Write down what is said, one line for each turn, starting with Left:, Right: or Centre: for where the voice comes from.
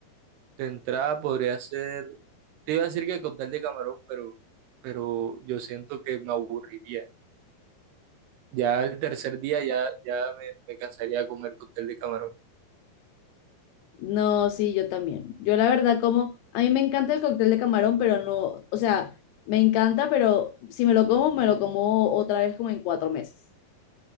Right: De entrada podría ser, te iba a decir que cóctel de camarón, pero, pero yo siento que me aburriría. Ya el tercer día ya, ya me, me cansaría de comer cóctel de camarón.
Left: No, sí, yo también. Yo la verdad como, a mí me encanta el cóctel de camarón, pero no, o sea, me encanta, pero si me lo como, me lo como otra vez como en cuatro meses.